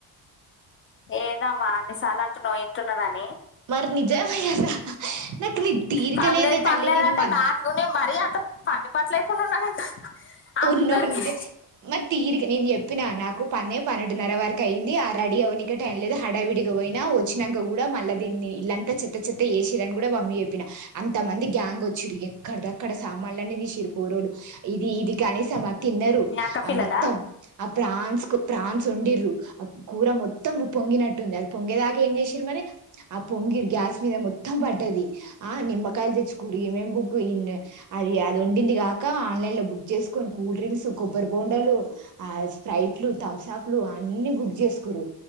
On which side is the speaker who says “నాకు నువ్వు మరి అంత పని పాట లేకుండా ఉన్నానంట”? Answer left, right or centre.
Left